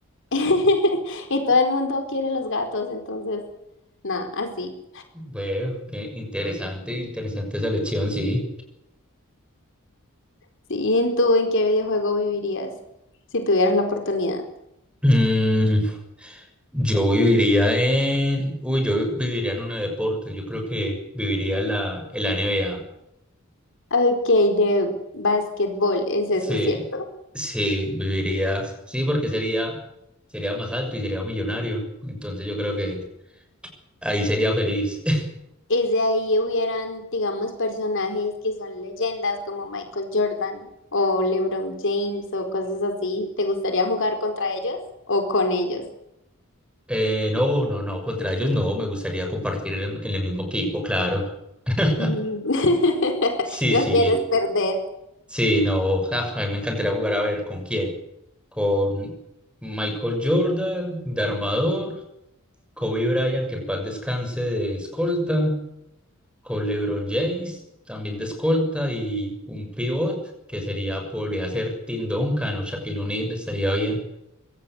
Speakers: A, on the left; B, in the centre.
A: <laughs> Y todo el mundo quiere los gatos, entonces, nada, así.
B: Bueno, qué interesante, interesante esa elección, sí.
A: Sí, ¿y en tú en qué videojuego vivirías si tuvieras la oportunidad?
B: Mm, yo viviría en, uy, yo viviría en uno de deportes, yo creo que viviría en la, en la NBA.
A: Ok, de básquetbol, es
B: Sí,
A: eso, ¿cierto?
B: sí, viviría, sí, porque sería, sería más alto y sería millonario, entonces yo creo que ahí sería feliz.
A: Es de ahí hubieran, digamos, personajes que son leyendas como Michael Jordan o LeBron James o cosas así. ¿Te gustaría jugar contra ellos o con ellos?
B: Eh, no, no, no, contra ellos no, me gustaría compartir en, en el mismo equipo, claro. <laughs>
A: Mm. <laughs>
B: Sí,
A: No
B: sí,
A: quieres perder.
B: sí, no, ah, a mí me encantaría jugar a ver con quién. Con Michael Jordan de armador, Kobe Bryant, que en paz descanse de escolta, con LeBron James también de escolta y un pivot que sería, podría ser Tim Duncan o Shaquille O'Neal, estaría bien.